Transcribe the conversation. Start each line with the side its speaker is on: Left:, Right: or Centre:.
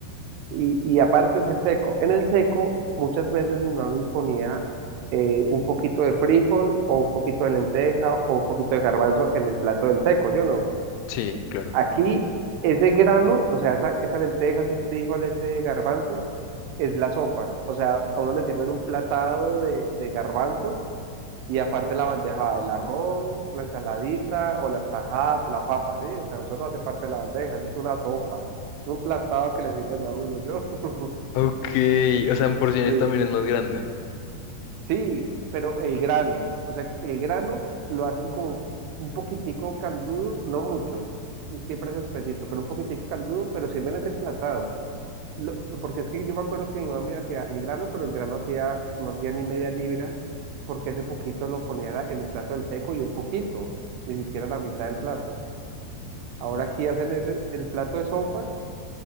Right: Y, y aparte es el seco. En el seco, muchas veces mi mamá ponía eh, un poquito de frijol, o un poquito de lenteja, o un poquito de garbanzo en el plato del seco, ¿sí o no?
Left: Sí, claro.
Right: Aquí ese grano, o sea, esa, esa lenteja, ese frijol, ese garbanzo, es la sopa. O sea, a uno le sirven un platado de, de garbanzos y aparte la bandeja, el arroz, la ensaladita o las tajadas o la papa, ¿sí? O sea, eso no hace parte de la bandeja, eso es una sopa. Es un platado que le sirven a uno, yo. <laughs>
Left: Ok, o sea, en porciones
Right: Sí,
Left: también es más grande.
Right: sí, pero el grano, o sea, el grano lo hacen como un poquitico caldudo, no mucho, siempre es espesito, pero un poquitico caldudo, pero sirven ese platado. lo- porque es que yo me acuerdo que mi mami hacía el grano, pero el grano hacía, no hacía ni media libra, porque ese poquito lo ponía era en el plato del seco y un poquito, ni siquiera la mitad del plato. Ahora aquí hacen ese, el plato de sopa